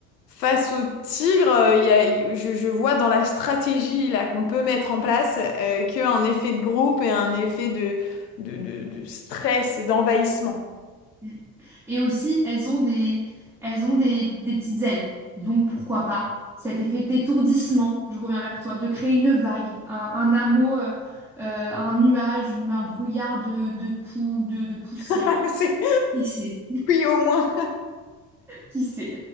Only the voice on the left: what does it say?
face au tigre, euh, il y a, je, je vois dans la stratégie là qu'on peut mettre en place euh, qu'un effet de groupe et un effet de, de, de, de stress et d'envahissement.
<laughs> C'est-
Oui, au moins.